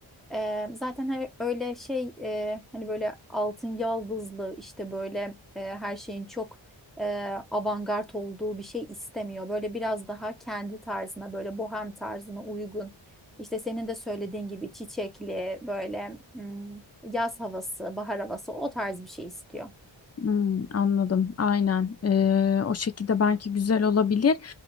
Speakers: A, in the centre; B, on the left (about 35°).
A: Eee, zaten hani öyle şey eee, hani böyle altın yaldızlı işte böyle eee, her şeyin çok eee avantgard olduğu bir şey istemiyor. Böyle biraz daha kendi tarzına böyle bohem tarzına uygun. İşte senin de söylediğin gibi çiçekli böyle hmm, yaz havası, bahar havası o tarz bir şey istiyor.
B: Hmm, anladım. Aynen. Ee, o şekilde belki güzel olabilir.